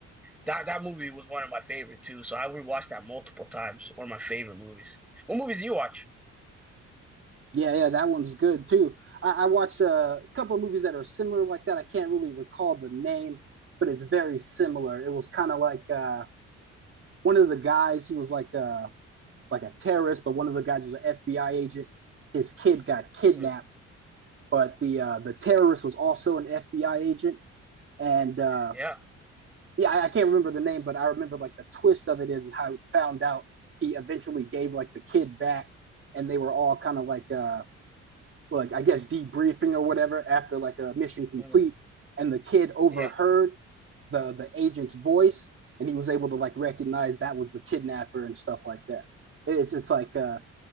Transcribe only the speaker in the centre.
That that movie was one of my favorite too. So I rewatched that multiple times. One of my favorite movies. What movies do you watch?
Mhm.
Yeah.
Mhm.
Yeah.